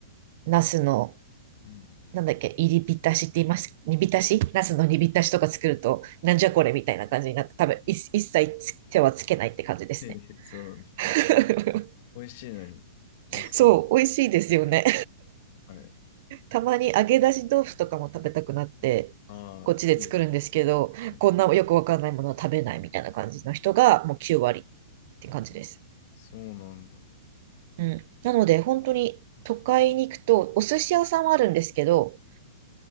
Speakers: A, on the right; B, on the left.
A: う、ナスの、
B: うん。
A: なんだっけ、入り浸しって言います、煮浸しナスの煮浸しとか作ると、なんじゃこれみたいな感じになって、多分い一切つ手はつけないって感じですね。
B: <laughs> へえそうなんですね。
A: <laughs>
B: 美味しいのに、ナスの、
A: そう、美味しいですよね。
B: あれがはい。
A: <laughs> たまに揚げ出し豆腐とかも食べたくなって、
B: ああ、
A: こっちで作るんですけど、
B: いいですね。はい
A: こんなよくわかんないものは食べないみたいな感じの人がもう9割って感じです。
B: そうなんだ。
A: うん。なので、本当に都会に行くと、お寿司屋さんはあるんですけど、